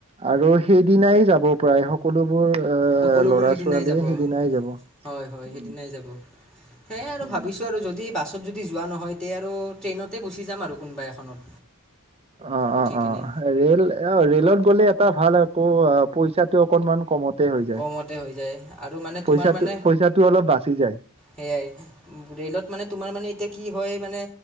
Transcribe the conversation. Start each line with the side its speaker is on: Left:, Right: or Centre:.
Right: আৰু সেই দিনাই যাব প্ৰায় সকলোবোৰ অহ
Centre: সকলোবোৰ
Right: ল'ৰা-
Centre: সেইদিনাই
Right: ছোৱালী
Centre: যাব
Right: সেইদিনাই যাব
Centre: হয় -হয় সেইদিনাই
Right: উম,
Centre: যাব সেয়াই আৰু
Right: উম।
Centre: ভাবিছো আৰু যদি বাছত যদি যোৱা নহয় তে আৰু ট্ৰেইনতে গুচি যাম আৰু। কোনোবা এখনত
Right: অ
Centre: উঠি
Right: অ
Centre: কিনে
Right: অ ৰেল অ ৰেলত গ'লে। টা ভাল আকৌ অ পইচাটো অকনমান কমত। হৈ যায়
Centre: কমতে হৈ যায় আৰু মানে তোমাৰ
Right: পইচাটো
Centre: মানে
Right: পইচাটো অলপ বাচি যায়।
Centre: সেয়াই ৰেলত মানে তোমাৰ মানে এতিয়া। কি হয় মানে